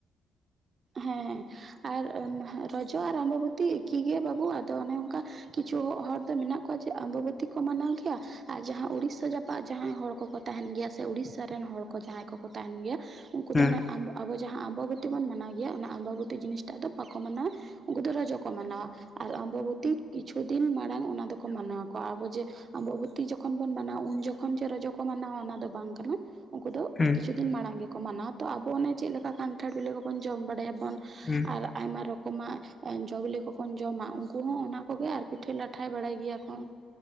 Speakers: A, on the right; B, on the left.
A: ᱦᱮᱸ ᱟᱨ ᱨᱚᱡᱚ ᱟᱨ ᱟᱢᱵᱟᱵᱚᱛᱤ ᱮᱠᱤ ᱜᱮᱭᱟ ᱵᱟᱹᱵᱩ ᱟᱫᱚ ᱚᱱᱮ ᱚᱱᱠᱟ ᱠᱤᱪᱷᱩ ᱦᱚᱲ ᱫᱚ ᱢᱮᱱᱟᱜ ᱠᱚᱣᱟ ᱡᱮ ᱟᱢᱵᱚᱵᱛᱤ ᱠᱚ ᱢᱟᱱᱟᱣ ᱜᱮᱭᱟ, ᱟᱨ ᱡᱟᱦᱟᱸ ᱳᱲᱤᱥᱥᱟ ᱡᱟᱯᱟᱜ ᱡᱟᱦᱟᱸᱭ ᱦᱚᱲ ᱠᱚᱠᱚ ᱛᱟᱦᱮᱱ ᱜᱮᱭᱟ ᱥᱮ ᱩᱲᱤᱥᱥᱟ ᱨᱮᱱ ᱦᱚᱲ ᱠᱚ ᱡᱟᱦᱟᱸᱭ ᱠᱚᱠᱚ ᱛᱟᱦᱮᱱ ᱜᱮᱭᱟ ᱩᱱᱠᱩ
B: ᱦᱮᱸ
A: ᱫᱚ ᱚᱱᱟ ᱟᱵᱚ, ᱟᱵᱚ ᱡᱟᱦᱟᱸ ᱟᱢᱵᱚᱵᱚᱛᱤ ᱵᱚᱱ ᱢᱟᱱᱟᱣ ᱜᱮᱭᱟ ᱚᱱᱟ ᱟᱢᱵᱟᱵᱚᱛᱤ ᱡᱤᱱᱤᱥ ᱴᱟᱜ ᱫᱚ ᱵᱟᱠᱚ ᱢᱟᱱᱟᱣᱟ᱾ ᱩᱱᱠᱩ ᱫᱚ ᱨᱟᱡᱚ ᱠᱚ ᱢᱟᱱᱟᱣᱟ ᱟᱨ ᱟᱢᱵᱚᱵᱚᱛᱤ ᱠᱤᱪᱷᱩ ᱫᱤᱱ ᱢᱟᱲᱟᱝ ᱚᱱᱟ ᱫᱚᱠᱚ ᱢᱟᱱᱟᱣ ᱟᱠᱚ᱾ᱟᱵᱚ ᱡᱮ ᱚᱢᱵᱚᱵᱚᱛᱤ ᱡᱚᱠᱷᱚᱱ ᱵᱚᱱ ᱢᱟᱱᱟᱣᱟ ᱩᱱ ᱡᱚᱠᱷᱚᱱ ᱡᱮ ᱨᱚᱡᱚ ᱠᱚ ᱢᱟᱱᱟᱣᱟ ᱚᱱᱟ ᱫᱚ ᱵᱟᱝ ᱠᱟᱱᱟ, ᱩᱱᱠᱩ ᱫᱚ
B: ᱦᱩᱸ
A: <unintelligible> ᱫᱤᱱ ᱢᱟᱲᱟᱝ ᱜᱮᱠᱚ ᱢᱟᱱᱟᱣᱟ ᱛᱚ ᱟᱵᱚ ᱚᱱᱮ ᱪᱮᱫ ᱞᱮᱠᱟ ᱠᱟᱱᱴᱷᱟᱲ ᱵᱤᱞᱤ ᱠᱚᱵᱚᱱ ᱡᱚᱢ ᱵᱟᱲᱟᱭ ᱟᱵᱚᱱ
B: ᱦᱮᱸ,
A: ᱟᱨ ᱟᱭᱢᱟ ᱨᱚᱠᱚᱢᱟᱜ ᱮ ᱡᱚ-ᱵᱤᱞᱤ ᱠᱚᱠᱚ ᱡᱚᱢᱟ᱾ ᱩᱱᱠᱩ ᱦᱚᱸ ᱚᱱᱟ ᱠᱚᱜᱮ ᱟᱨ ᱯᱤᱴᱷᱟᱹ- ᱞᱟᱴᱷᱟᱭ ᱵᱟᱲᱟᱭ ᱜᱮᱭᱟ ᱠᱚ᱾ ᱦ